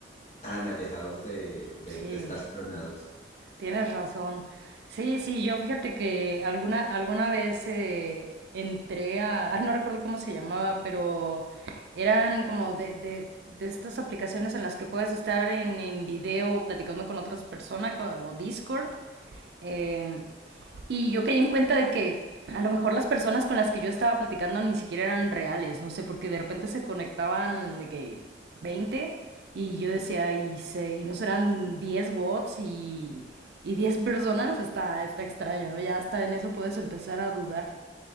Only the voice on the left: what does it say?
tan alejados de, de-
de estar clonados.